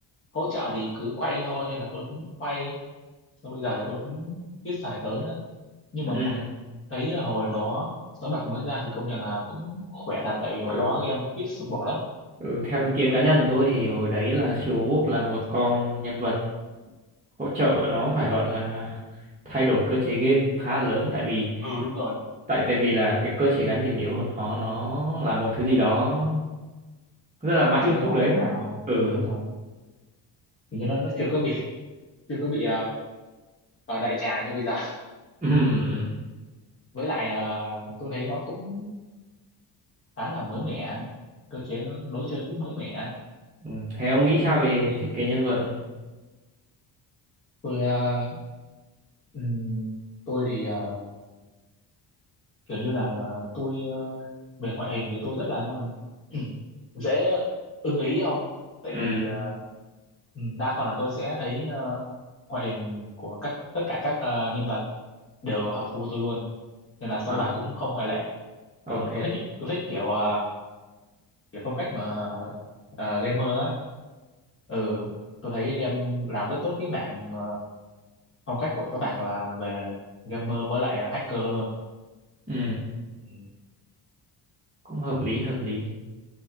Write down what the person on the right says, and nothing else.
Ừ.
Ừ.
Ừ.
ừ, Theo ý kiến cá nhân của tôi thì hồi đấy là siêu Hú là một con nhân vật hỗ trợ nó phải gọi là thay đổi cơ chế game khá lớn tại vì
tại tại vì là cái cơ chế gắn điểm yếu của nó nó là một thứ gì đó rất là mạnh
lúc đấy
ừ
<laughs>
ừ ừ.
Ừ. thế ông nghĩ sao về
thiết kế nhân vật
ừ
à,
ok
ừ
cũng hợp lý hợp lý